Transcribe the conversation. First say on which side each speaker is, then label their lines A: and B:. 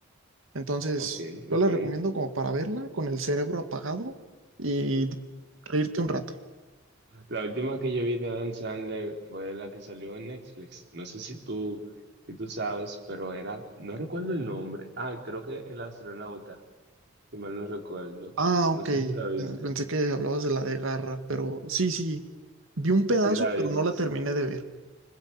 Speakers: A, on the right (about 70°); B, on the right (about 55°).
A: Entonces,
B: Ok,
A: yo
B: ok.
A: la recomiendo como para verla con el cerebro apagado y reírte un rato.
B: La última que yo vi de Adam Sandler fue la que salió en Netflix. No sé si tú, si tú sabes, pero era, no recuerdo el nombre. Ah, creo que El Astronauta, si mal no recuerdo.
A: Ah,
B: No
A: ok.
B: sé
A: Eh,
B: si la viste.
A: Pensé que hablabas de la de Garra, pero sí, sí. Vi un pedazo,
B: Sí la
A: pero
B: viste.
A: no la terminé de ver.